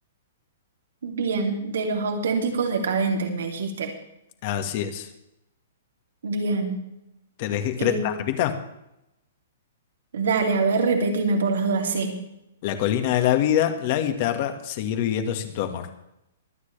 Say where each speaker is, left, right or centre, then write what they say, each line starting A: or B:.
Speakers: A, on the right (about 75°); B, on the left (about 40°).
A: Bien, de los auténticos decadentes, me dijiste.
B: Así es.
A: Bien.
B: ¿Te dejé- ¿Querés
A: eh,
B: que las repita?
A: dale, a ver, repetime por las dudas, sí.
B: La colina de la vida, La guitarra, Seguir viviendo sin tu amor.